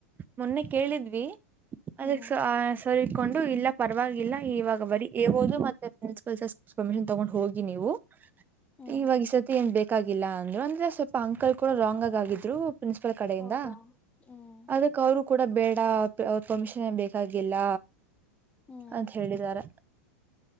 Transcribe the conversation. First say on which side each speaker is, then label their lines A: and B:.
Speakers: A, on the right; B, on the left.
A: ಮೊನ್ನೆ ಕೇಳಿದ್ವಿ ಅದಕ್
B: ಹ್ಮ್ ಹ್ಮ್
A: ಆ ಸಕೊಂಡು ಇಲ್ಲ ಪರವಾಗಿಲ್ಲ ಇವಾಗ ಬರೀ ಹಬೋದು ಮತ್ತೆ ಪ್ರಿನ್ಸಿಪಲ್ ಸರ್ ಪರ್ಮಿಷನ್ ತಗೊಂಡು ಹೋಗಿ ನೀವು
B: ಹ್ಮ್
A: ಇವಾಗ ಸತಿ ಏನ್ ಬೇಕಾಗಿಲ್ಲ ಅಂದ್ರು ಅಂದ್ರೆ ಸ್ವಲ್ಪ ಅಂಕಲ್ ಕೂಡ ರಾಂಗ್ ಆಗ ಆಗಿದ್ರು ಪ್ರಿನ್ಸಿಪಲ್ ಕಡಿಂದ
B: ಹೌದಾ ಹ್ಮ್
A: ಅದ ಅವ ಕೂಡ ಬೇಡ ಅವ ಪರ್ಮಿಷನ್ ಏನ್ ಬೇಕಾಗಿಲ್ಲ
B: ಹ್ಮ್
A: ಅಂತ ಹೇಳಿದಿದ್ದಾರೆ